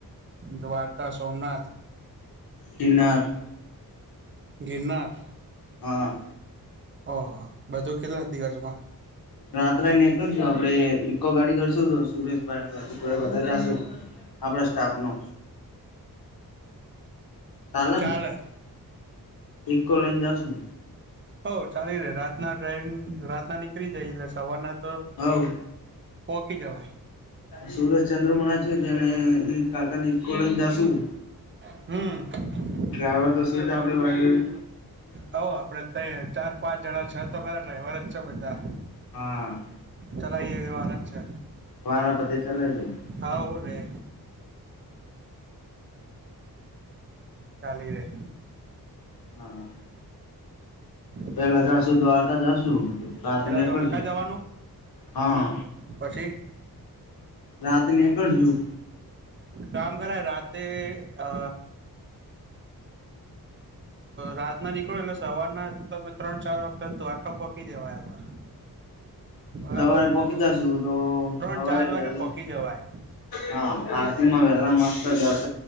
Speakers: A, on the right; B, on the left.
A: દ્વારકા સોમનાથ
B: િનાર
A: ગિનાર
B: હા
A: ઓહ બધું કેટલા દિવસ માં
B: રાત્રે નીકળશું આપડે ઈકો ગાડી કરશું તો સુરેશભાઈ પ્રતિક ભાઈ બધા જશું આપણા સ્ટાફ નો ચલે
A: ચાલે
B: ઇકો લઈન જશું
A: હઉ ચાલી રે રાતના ડ્રાઈવિંગ રાતના નીકળી જાય એટલે સવારના તો
B: હ
A: પોકી જવાય
B: સુરેશ ચંદ્રમાણા છને કાકા લઈનેશું
A: હમ
B: ડ્રાઈવર તો સું જ આપડે ભ
A: હ આપડે ત ચાર પાંચ જણા છ તો ખરા ડ્રાઈવર જ છે બધા
B: હા
A: ચલાઈ એ વાર જ છે
B: વારાપતે ચલા લ ચ
A: હા રે ચાલી રે
B: હા
A: બોલો
B: પેલા
A: બીજું
B: જશું
A: તો
B: દ્વારકા જશુ રાત
A: પેલા
B: નીકળશું
A: તો દ્વારકા જવાનું
B: હા
A: પછી
B: રાત નેકળજું
A: કામ કર રાતેે અ રાત ના નીકળો એટલે સવારના તમે ત્રણ ચાર વાગતા દ્વારકા પકી જવાય આપડા
B: હ
A: બરાબર
B: સવારે પકતાશું તો
A: ત્રણ
B: સવારે
A: ચાર વાગે
B: પેલા
A: પોકી જવાય
B: હા હા વે એલા મસ્ત દ